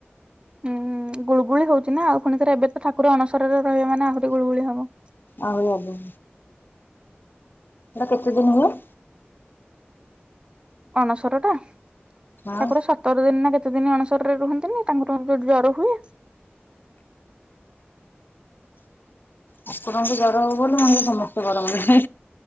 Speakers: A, on the right; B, on the left.
A: ହୁଁ ଗୁଳଗୁଳି ହଉଛି ନା ଆଉ ପୁଣିଥରେ ଏବେ ତ ଠାକୁର ଅଣସରରେ ରହିବେ ମାନେ ଆହୁରି ଗୁଳୁଗୁଳି ହବ।
B: ଆହୁରି ଆଗକୁ। ହେଟା କେତେ ଦିନି ହୁଏ?
A: ଅଣସର ଟା
B: ହଁ
A: ଠାକୁର ସ ସାତ ଦିନି ନା କେତେ ଦିନ ଅଣସରରେ ରୁହନ୍ତିିନି ତାଙ୍କର ଯୋଉ ଜର ହୁଏ।
B: ଠାକୁରଙ୍କୁ ଜର ହବ ବୋଲି ମଣିଷ ସମସ୍ତେ ଗରମରେ